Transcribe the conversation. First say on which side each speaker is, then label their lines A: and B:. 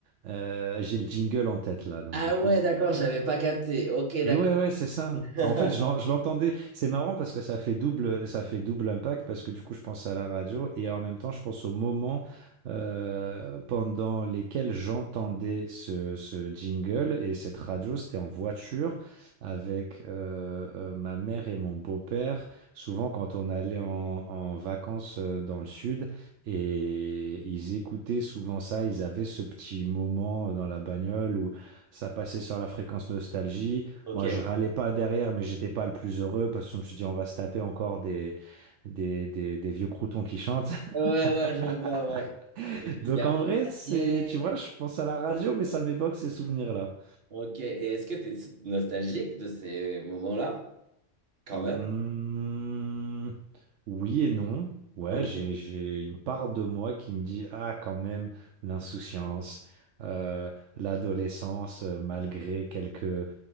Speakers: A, on the right; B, on the right.
A: euh, j'ai le jingle en tête là, donc
B: Ah
A: du coup,
B: ouais,
A: c'est
B: d'accord, j'avais pas capté. Ok, d'accord.
A: et ouais, ouais, c'est ça.
B: <laughs>
A: Bah, En fait, je l'en- je l'entendais. C'est marrant parce que ça fait double, ça fait double impact parce que du coup, je pense à la radio et en même temps, je pense au moment euh, pendant lesquels j'entendais ce, ce jingle et cette radio. C'était en voiture avec euh, euh, ma mère et mon beau-père. Souvent, quand on allait en, en vacances euh, dans le sud et ils écoutaient souvent ça, ils avaient ce petit moment euh, dans la bagnole où ça passait sur la fréquence nostalgie.
B: Ok.
A: Moi,
B: Ouais,
A: je râlais pas derrière, mais j'étais pas le plus heureux parce que je me suis dit, on va se taper encore des, des, des, des vieux croutons qui chantent. <laughs>
B: ouais, je vois, ouais. Je libère
A: Donc, en
B: mon
A: vrai, c'est,
B: pied.
A: tu vois, je pense à la radio, mais ça m'évoque ces souvenirs-là.
B: Ok, et est-ce que tu es nostalgique de ces moments-là? Quand
A: Hmm,
B: même.
A: oui et non. Ouais,
B: Ok.
A: j'ai, j'ai une part de moi qui me dit, ah, quand même, l'insouciance, euh, l'adolescence, euh, malgré quelques